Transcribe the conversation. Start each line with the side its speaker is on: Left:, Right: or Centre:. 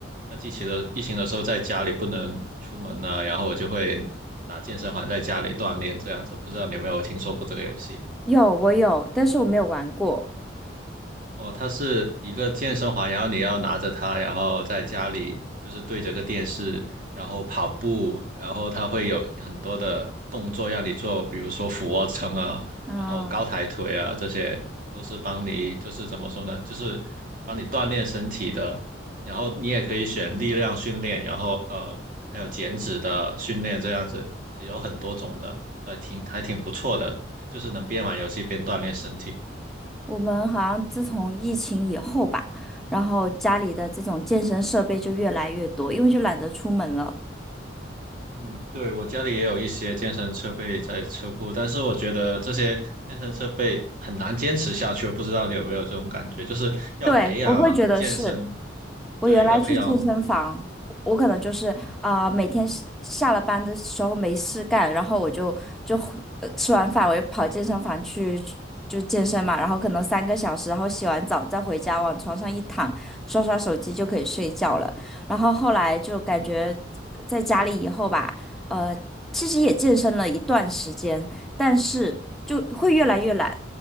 Right: 那疫情的疫情的时候，在家里不能出门呢、然后我就会拿健身环在家里锻炼这样子。不知道你有没有听说过这个游戏？
Centre: 有，我有，但是我没有玩过。
Right: 哦，它是一个健身环，然后你要拿着它，然后在家里就是对着个电视，然后跑步，然后它会有很多的动作让你做，比如说俯卧撑啊，
Centre: 嗯，
Right: 然后高抬腿啊，这些都是帮你就是怎么说呢，就是帮你锻炼身体的。然后你也可以选力量训练，然后呃还有减脂的训练这样子，是有很多种的，呃挺还挺不错的，就是能边玩游戏边锻炼身体。
Centre: 我们好像自从疫情以后吧，然后家里的这种健身设备就越来越多，因为就懒得出门了。
Right: 嗯，对，我家里也有一些健身设备在车库，但是我觉得这些健身设备很难坚持下去，不知道你有没有这种感觉，就是要培养健身，
Centre: 对，我会觉得是。我原来去健身房，
Right: 对，要培养，
Centre: 我可能就是啊、
Right: 嗯，
Centre: 呃每天是下了班的时候没事干，然后我就就回呃吃完饭我就跑健身房去就健身嘛，然后可能三个小时，然后洗完澡再回家往床上一躺，刷刷手机就可以睡觉了。然后后来就感觉在家里以后吧，呃，其实也健身了一段时间，但是就会越来越懒，